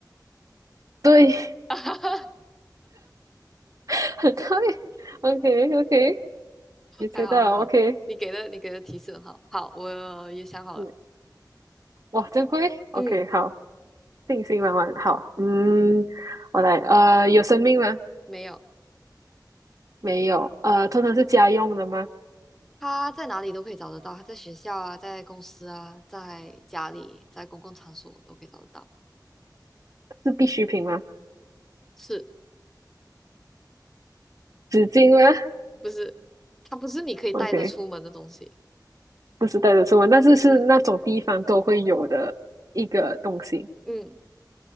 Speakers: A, on the right; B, in the centre.
A: 对，
B: <laughs>
A: <laughs> 很快，OK OK，你猜到
B: 还好还好，
A: OK，
B: 你给的你给的提示很好。好，我也想好了。
A: 嗯，哇，真快，OK，
B: 嗯，
A: 好。定心丸丸，好，嗯，我来，呃，有生命吗？
B: 没有。
A: 没有，呃，通常是家用的吗？
B: 他在哪里都可以找得到，他在学校啊，在公司啊，在家里，在公共场所都可以找得到。
A: 是必需品吗？
B: 是
A: 纸巾吗
B: 不是？它不是你可以带着出门的东西。
A: ？OK，不是带着出门，但是是那种地方都会有的一个东西。
B: 嗯嗯，